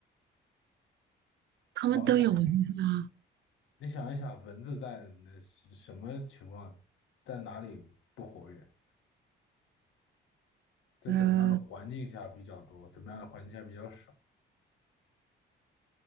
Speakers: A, on the right (about 60°); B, on the left (about 80°).
A: 他们都有文字啊，
B: 好好想一想，你想一想，蚊子在那是什么情况，在哪里不活跃？在怎么样的环境下比较多？
A: 呃，
B: 怎么样的环境下比较少？